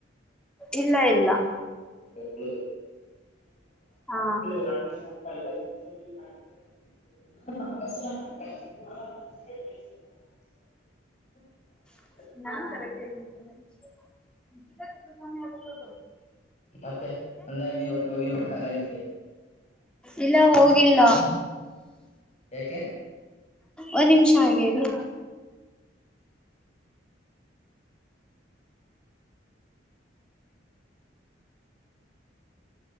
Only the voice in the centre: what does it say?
ಇಲ್ಲ ಇಲ್ಲ
ಹಾ
<unintelligible>
ಇಲ್ಲ ಹೋಗಿಲ್ಲ
ಒಂದ್ ನಿಮಿಷ ಹಾಗೇ ಇರಿ